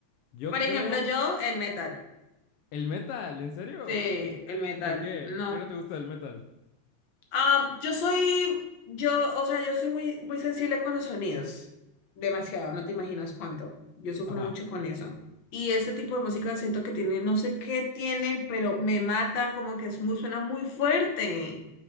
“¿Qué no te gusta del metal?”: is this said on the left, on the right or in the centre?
Left